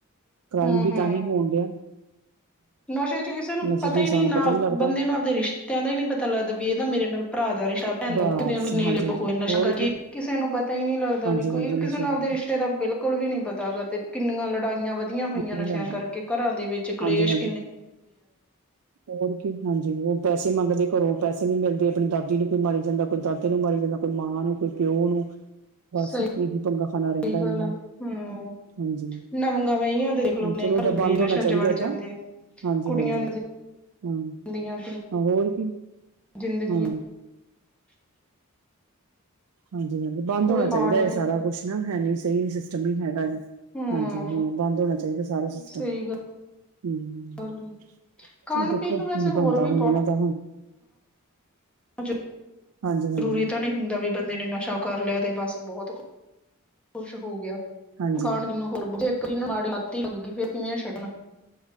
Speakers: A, on the right; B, in the centre.
A: ਕ੍ਰਾਈਮ
B: ਹਮ
A: ਵੀ
B: ਹਮ
A: ਤਾਂ ਹੀ ਹੋਣ ਡਿਆ।
B: ਨਸ਼ੇ ਚ ਕਿਸੇ ਨੂੰ
A: ਨਸ਼ੇ
B: ਪਤਾ
A: ਚ ਇਨਸਾਨ
B: ਹੀ ਨੀ ਨਾ
A: ਨੂੰ ਪਤਾ ਲੱਗਦਾ
B: ਬੰਦੇ ਨੂੰ ਆਪਦੇ ਰਿਸ਼ਤਿਆਂ ਦਾ ਹੀ ਨੀ ਪਤਾ ਲੱਗਦਾ ਵੀ ਇਹਦਾ ਮੇਰੇ ਨਾਲ ਭਰਾ ਰਿਸ਼ਤਾ ਪੈਂਦਾ
A: ਬਸ
B: ਨੇਲੇ
A: ਹਾਂਜੀ ਹਾਂਜੀ
B: ਪੂ <inaudible> ਨਸ਼ਾ
A: ਹੋਰ
B: ਕਰਕੇ
A: ਕੀ
B: ਕਿਸੇ ਨੂੰ ਪਤਾ ਹੀ ਨਹੀਂ ਲੱਗਦਾ
A: ਹਾਂਜੀ
B: ਵੀ ਕੋਈ
A: ਹਾਂਜੀ
B: ਕਿਸੇ
A: ਨਸ਼ੇ
B: ਨੂੰ
A: ਕਰਕੇ
B: ਆਪਦੇ ਰਿਸ਼ਤੇ ਨਾਤੇ। ਤਾਂ ਬਿਲਕੁਲ ਵੀ ਨੀ ਪਤਾ ਗਾ ਤੇ ਕਿੰਨੀਆਂ ਲੜਾਈਆਂ ਵਧੀਆ ਹੋਈਆਂ
A: ਨਹੀਂ
B: ਨਸ਼ਿਆਂ
A: ਲੱਗਦਾ
B: ਕਰਕੇ ਘਰਾਂ ਦੇ ਵਿੱਚ ਕਲੇਸ਼
A: ਹਾਂਜੀ
B: ਹੁੰਦਾ।
A: ਹੋਰ ਕੀ ਹਾਂਜੀ ਉਹ ਪੈਸੇ ਮੰਗਦੇ ਘਰੋਂ ਪੈਸੇ ਨੀ ਮਿਲਦੇ ਆਪਣੀ ਦਾਦੀ? ਦਾਦੀ ਨੂੰ ਕੋਈ ਮਾਰੀ ਜਾਂਦਾ। ਕੋਈ ਦਾਦੇ ਨੂੰ ਮਾਰੀ ਜਾਂਦਾ। ਕੋਈ ਮਾਂ ਨੂੰ ਕੋਈ ਪਿਓ ਨੂੰ। ਬਸ
B: ਸਹੀ
A: ਇਹੀ ਪੰਗਾ ਖਾਨਾ ਰਹਿੰਦਾ ਇਹਨਾਂ
B: ਗੱਲ
A: ਦਾ
B: ਆ ਹਮ
A: ਹਾਂਜੀ।
B: ਨਵੀਆਂ ਵਹੀਆਂ ਦੇਖਲੋ ਆਪਣੇ
A: ਚਲੋ ਉਹ
B: ਘਰ
A: ਤਾਂ ਬੰਦ
B: ਦੇ ਨਸ਼ਿਆਂ
A: ਹੋਣਾ ਚਾਹੀਦਾ
B: ਚ ਵੜ ਜਾਂਦੇ
A: ਏਦਾਂ
B: ਆ
A: ਹਾਂਜੀ
B: ਕੁੜੀਆਂ
A: -ਹਾਂਜੀ। ਹਮ
B: ਦੀਆਂ
A: ਹੋਰ ਕੀ
B: ਜ਼ਿੰਦਗੀਆਂ
A: ਹਾਂ।
B: <unintelligible>
A: ਹਾਂਜੀ -ਹਾਂਜੀ ਬੰਦ
B: ਕੋਈ
A: ਹੋਣਾ ਚਾਹੀਦਾ
B: ਹਾਲ ਹੀ
A: ਇਹ
B: ਨਹੀਂ
A: ਸਾਰਾ
B: ਪਿਆ
A: ਕੁਛ ਨਾ ਹੈ ਨੀ ਸਹੀ ਸਿਸਟਮ ਨਹੀਂ ਹੈਗਾ ਇਹ।
B: ਹੂੰ
A: ਹਾਂਜੀ ਹਾਂ ਬੰਦ ਹੋਣਾ ਚਾਹੀਦਾ ਸਾਰਾ ਸਿਸਟਮ।
B: ਸਹੀ
A: ਹਮ
B: ਗੱਲ ਹੈ। ਖਾਣ
A: ਚ ਦੇਖੋ
B: ਪੀਣ ਨੂੰ ਵੈਸੇ
A: ਕੀ
B: ਹੋਰ
A: ਬਣਦਾ
B: ਵੀ
A: ਹੁਣ ਇਹਨਾਂ ਦਾ ਹੁਣ।
B: ਹਜੇ।
A: ਹਾਂਜੀ ਹਾਂਜੀ
B: ਜ਼ਰੂਰੀ ਤਾਂ ਨਹੀਂ ਹੁੰਦਾ ਵੀ ਬੰਦੇ ਨੇ ਨਸ਼ਾ ਕਰ ਲਿਆ ਤੇ ਬਸ ਬਹੁਤ ਖੁਸ਼ ਹੋ ਗਿਆ।
A: ਹਾਂਜੀ
B: ਮੈਨੂੰ ਹੋਰ ਮਾੜ ਲਤੀ ਲੱ ਫਿਰ ਕਿਵੇਂ ਛੱਡਣਾ